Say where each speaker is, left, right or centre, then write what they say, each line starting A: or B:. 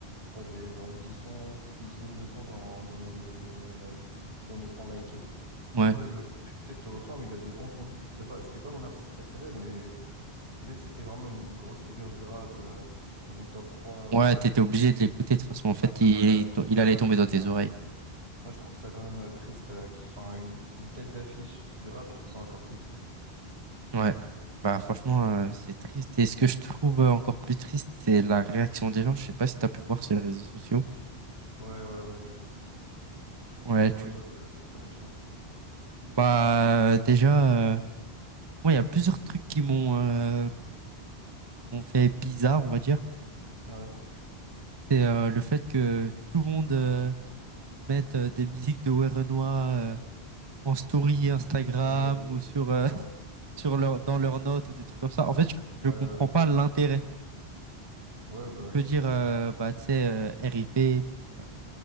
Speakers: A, on the right (about 80°); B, on the right (about 25°).
A: moi, j'ai genre 10 sons, une dizaine de sons dans, dans mes, euh, dans mes, euh, dans mes sons likés.
B: Ouais,
A: Du coup, je le écoutais de temps en temps, mais il a des bons sons. C'est pas, c'était pas mon artiste préféré, mais vu que c'était vraiment une grosse figure du rap, euh, dans le top 3,
B: ouais,
A: euh, top
B: t'étais obligé de l'écouter de toute façon. En fait,
A: rappeur
B: il,
A: euh, populaire.
B: il allait
A: euh,
B: tomber
A: ouais.
B: dans tes oreilles.
A: Moi, je trouve ça quand même euh, triste euh, que ce soit une, une tête d'affiche du rap. Je trouve ça encore plus triste.
B: Ouais. Bah franchement, euh, c'est
A: Ouais,
B: triste. Et ce que je trouve euh, encore plus triste, c'est la réaction des gens. Je sais pas si t'as pu voir sur les réseaux sociaux.
A: ouais, ouais, ouais, j'ai vu.
B: Ouais,
A: T'en penses
B: tu...
A: quoi, toi, de cette réaction?
B: Bah euh, déjà, euh, moi, il y a plusieurs trucs qui m'ont euh, m'ont fait bizarre, on va dire.
A: Ouais,
B: C'est euh, le fait que tout le monde... euh, mettre euh, des musiques de Werenoi euh, en story Instagram
A: ouais, ouais,
B: ou sur, euh,
A: ouais,
B: <laughs> sur leur, dans leurs notes ou des trucs comme ça. En fait, je,
A: ouais,
B: je comprends
A: ouais.
B: pas l'intérêt.
A: Ouais, bah
B: On peut
A: oui,
B: dire,
A: c'est
B: euh, bah, tu sais, euh, RIP pour, euh,